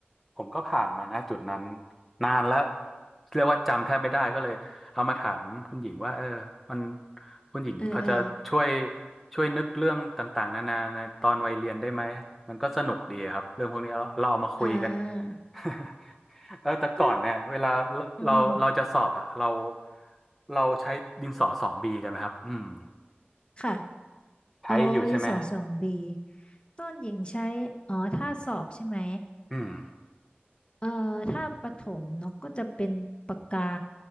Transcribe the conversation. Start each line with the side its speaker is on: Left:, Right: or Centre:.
Centre: ผมก็ผ่านมานะจุดนั้นนานแล้วเรียกว่าจำแทบไม่ได้ก็เลยเอามาถามคุณหญิงว่าเออมันคุณหญิงพอจะช่วย
Left: เออเออ
Centre: ช่วยนึกเรื่องต่างๆนานาในตอนวัยเรียนได้ไหมมันก็สนุกดีครับเรื่องพวกนี้เราเราเอามาคุยกัน
Left: อ่า
Centre: <laughs> เออแต่ก่อนเนี่ยเวลาเราเราเราจะสอบอะเรา
Left: ก็อืม
Centre: เราใช้ดินสอสองบีกันไหมครับอืม
Left: ค่ะ
Centre: ใช้อยู่ใช่ไหมฮะ
Left: โอ้ดินสอสองบีต้นหญิงใช้อ๋อถ้าสอบใช่ไหม
Centre: อืม
Left: เออถ้าประถมนกก็จะเป็นปากกา